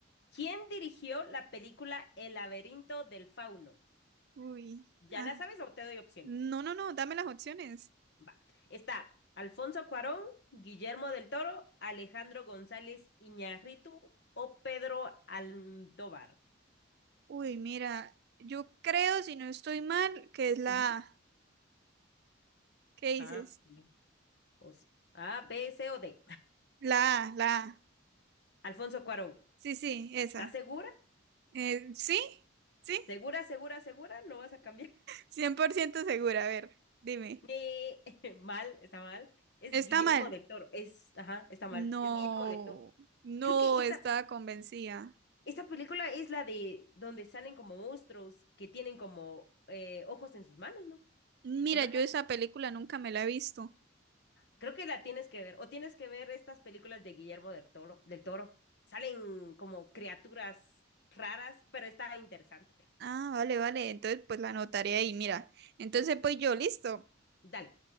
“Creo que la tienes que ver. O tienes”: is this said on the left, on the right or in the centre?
Left